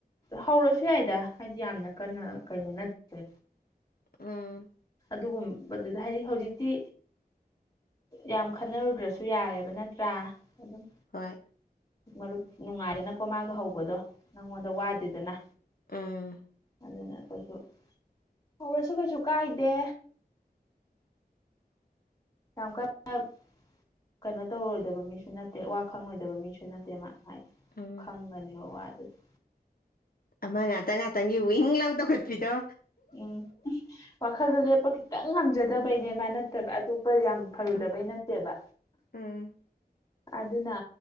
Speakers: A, on the left; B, on the left.
A: ꯍꯧꯔꯁꯨ ꯌꯥꯏꯗ ꯍꯥꯏꯗꯤ ꯌꯥꯝꯅ ꯀꯟꯅ ꯀꯩꯅꯣ ꯅꯠꯇ꯭ꯔꯦ
B: ꯎꯝ
A: ꯑꯗꯨꯒꯨꯝꯕꯗꯨꯗ ꯍꯥꯏꯗꯤ ꯍꯧꯖꯤꯛꯇꯤ ꯌꯥꯝ ꯈꯟꯅꯔꯨꯗ꯭ꯔꯁꯨ ꯌꯥꯔꯦꯕ ꯅꯠꯇ꯭ꯔꯥ ꯑꯗꯨꯝ
B: ꯍꯣꯏ
A: ꯃꯔꯨꯞ ꯅꯨꯡꯉꯥꯏꯗꯅꯀꯣ ꯃꯥꯒ ꯍꯧꯕꯗꯣ ꯅꯪꯉꯣꯟꯗ ꯋꯥꯗꯦꯗꯅ
B: ꯎꯝ
A: ꯑꯗꯨꯅ ꯀꯩꯁꯨ ꯍꯧꯔꯁꯨ ꯀꯩꯁꯨ ꯀꯥꯏꯗꯦ ꯌꯥꯝ ꯀꯟꯅ ꯀꯩꯅꯣ ꯇꯧꯔꯣꯏꯗꯕ ꯃꯤꯁꯨ ꯅꯠꯇꯦ ꯋꯥ ꯈꯪꯉꯣꯏꯗꯕ ꯃꯤꯁꯨ ꯅꯠꯇꯦ ꯃꯥ ꯑꯥꯢ
B: ꯎꯝ
A: ꯈꯪꯒꯅꯦꯕ ꯋꯥꯗꯨꯗꯤ
B: ꯑꯃ ꯉꯥꯛꯇꯪ ꯉꯥꯛꯇꯪꯒꯤ ꯋꯤꯡ ꯂꯥꯎ ꯇꯧꯈꯠꯄꯤꯗꯣ
A: ꯎꯝ ꯋꯥꯈꯜꯗꯣ ꯂꯦꯞꯄ ꯈꯤꯇꯪ ꯉꯝꯖꯗꯕꯩꯅꯦ ꯃꯥ ꯅꯠꯇꯕ ꯑꯇꯣꯞꯄ ꯌꯥꯝ ꯐꯔꯨꯗꯕꯩ
B: ꯎꯝ
A: ꯅꯠꯇꯦꯕ
B: ꯎꯝ
A: ꯑꯗꯨꯅ